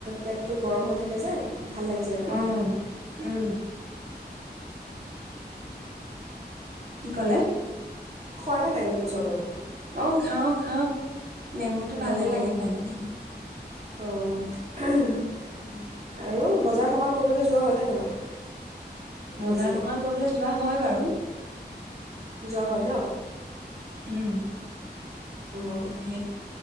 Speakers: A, on the right; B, on the right.
A: পেটটো গৰম হৈ থাকে যে ভাল লাগি যায় মানে।
B: অ উম কি ক'লে?
A: খোৱা নে নাই নেমু চৰবত?
B: অ', খাওঁ খাওঁ। নেমুটো
A: অঁ
B: ভালে লাগে খাই, উম।
A: অঁ <inaudible>
B: উম।
A: আৰু বজাৰ সামাৰ কৰিবলৈ যোৱা হয়নে নহয়?
B: বজাৰ
A: আজি
B: সমাৰ কৰিবলৈ যোৱা হয় বাৰু।
A: যোৱা হয়, ন?
B: উম।
A: অঁ
B: <unintelligible>